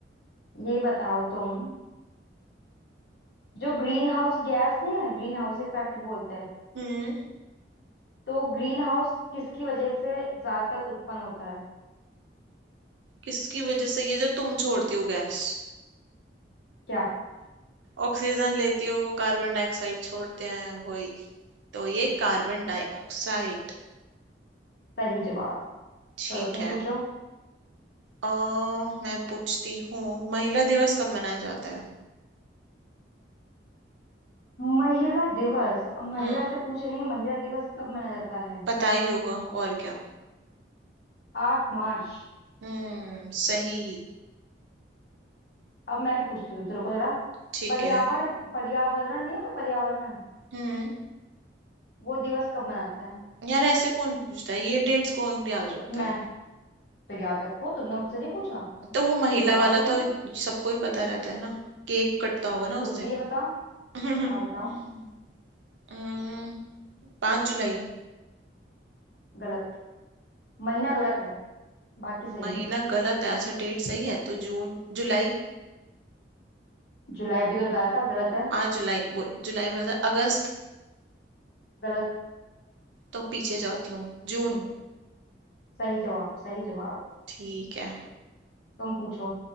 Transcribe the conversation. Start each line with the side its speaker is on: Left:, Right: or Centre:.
Left: ये बताओ तुम जो ग्रीन हाउस गैस नहीं है ग्रीन हाउस इफेक्ट बोलते हैं
Right: हम्म
Left: तो ग्रीन हाउस किसकी वजह से ज्यादातर उत्पन्न होता है
Right: किसकी वजह से ये जो तुम छोड़ती हो गैस
Left: क्या
Right: ऑक्सीजन लेती हो कार्बन डाइऑक्साइड छोड़ते हैं वही तो ये कार्बन डाइऑक्साइड
Left: सही जवाब
Right: ठीक
Left: चलो तुम
Right: है
Left: पूछो
Right: अ मैं पूछती हूँ महिला दिवस कब मनाया जाता है
Left: महिला दिवस अब महिला
Right: हम्म
Left: से पूछ रही है महिला दिवस कब मनाया जाता है
Right: पता ही होगा और क्या
Left: आठ मार्च
Right: हम्म सही
Left: अब मैं भी पूछती हूँ तुमसे रुको जरा
Right: ठीक
Left: पर्यावरण
Right: है
Left: पर्यावरण नहीं हो तो पर्यावरण
Right: हम्म
Left: वो दिवस कब मनाता है
Right: यार ऐसे कौन पूछता है ये डेट्स कौन याद रखता
Left: मैं
Right: है
Left: तो याद रखो तुमने मुझसे नहीं पूछा
Right: तो वो महिला
Left: तो बताओ
Right: वाला
Left: तुम
Right: तो
Left: भी
Right: सबको ही पता रहता है ना केक कटता होगा ना उस
Left: तुम
Right: दिन
Left: भी ये बताओ
Right: <laughs>
Left: बताओ बताओ
Right: हम्म पांच जुलाई
Left: गलत महीना गलत है बाकी सही
Right: महीना
Left: है
Right: गलत है अच्छा डेट सही है तो जून जुलाई
Left: जुलाई अभी तो बताया था गलत है
Right: पाँच जुलाई बो- जुलाई बोला था अगस्त
Left: गलत
Right: तो पीछे जाती हूँ जून
Left: सही जवाब सही जवाब
Right: ठीक है
Left: तुम पूछो